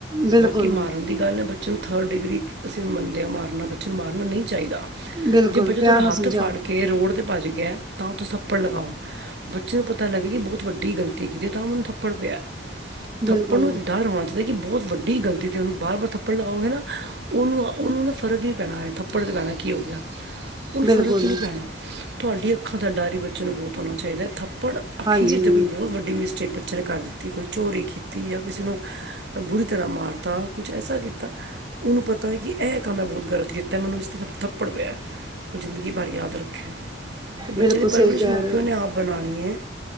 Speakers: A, on the right; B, on the right.
A: ਬਿਲਕੁਲ
B: ਬਾਕੀ ਮਾਰਨ ਦੀ ਗੱਲ ਏ ਜੋ ਥਰਡ ਡਿਗਰੀ ਅਸੀਂ ਮੰਨਦੇਆ ਮਾਰਨਾ ਬੱਚੇ ਨੂੰ ਮਾਰਨਾ ਨਹੀਂ ਚਾਹੀਦਾ।
A: ਬਿਲਕੁਲ
B: ਜੇ ਬੱਚਾ
A: ਪਿਆਰ
B: ਤੁਹਾਡਾ
A: ਨਾਲ ਸਮਝਾਓ
B: ਹੱਥ ਫੜ ਕੇ ਰੋੜ ਤੇ ਭੱਜ ਗਿਆ, ਤਾਂ ਤੁਸੀਂ ਥੱਪੜ ਲਗਾਓ। ਬੱਚੇ ਨੂੰ ਪਤਾ ਲੱਗ ਕਿ ਬਹੁਤ ਵੱਡੀ ਗਲਤੀ ਕੀਤੀ, ਤਾਂ ਮੇਨੂੰ ਥੱਪੜ ਪਿਆ
A: ਬਿਲਕੁਲ
B: ਥੱਪੜ ਨੂੰ ਇੱਕ ਡਰ ਹੋਣਾ ਜਿੱਦਾਂ ਕਿ ਬਹੁਤ ਵੱਡੀ ਗਲਤੀ ਤੇ ਉਹਨੂੰ ਬਾਰ, ਬਾਰ ਥੱਪੜ ਲਗਾਓਗੇ ਨਾ, ਉਹਨੂੰ ਆ ਉਹਨੂੰ ਨਾ ਫਰਕ ਨਹੀਂ ਪੈਣਾ ਥੱਪੜ ਤੇ ਪੈਣਾ ਕੀ ਹੋ ਗਿਆ, ਉਹਨੂੰ
A: ਬਿਲਕੁਲ
B: ਫਰਕ ਹੀ ਨਹੀਂ ਪੈਣਾ। ਤੁਹਾਡੀ ਅੱਖਾਂ ਦਾ ਡਰ ਹੀ ਬੱਚੇ ਨੂੰ ਬਹੁਤ ਹੋਣਾ ਚਾਹੀਦਾ ਹੈ, ਥੱਪੜ ਅਖੀਰ
A: ਹਾਂਜੀ
B: 'ਤੇ ਕੋਈ ਬਹੁਤ ਵੱਡੀ ਮਿਸਟੇਕ ਬੱਚੇ ਨੇ ਕਰ ਦਿੱਤੀ। ਕਿ ਕੋਈ ਚੋਰੀ ਕੀਤੀ ਜਾਂ ਕਿਸੇ ਨੂੰ ਬੁਰੀ ਤਰ੍ਹਾਂ ਮਾਰਤਾ ਕੁਛ ਐਸਾ ਕੀਤਾ। ਉਹਨੂੰ ਪਤਾ ਹੈ ਕਿ ਇਹ ਕੰਮ ਹੈ ਬਹੁਤ ਗਲਤ ਕੀਤਾ ਮੈਨੂੰ ਇਸ ਤਰ੍ਹਾਂ ਥੱਪੜ ਪਿਆ, ਉਹ ਜ਼ਿੰਦਗੀ ਭਰ ਯਾਦ ਰੱਖੇ। ਤੇ ਬੱਚੇ
A: ਬਿਲਕੁਲ
B: ਦੀ
A: ਸਹੀ
B: ਪਰਵਰਿਸ਼
A: ਕਹਿ
B: ਮਾਂ
A: ਰਹੇ
B: ਪਿਓ
A: ਹੋ
B: ਨੇ ਆਪ ਬਣਾਉਣੀ ਹੈ,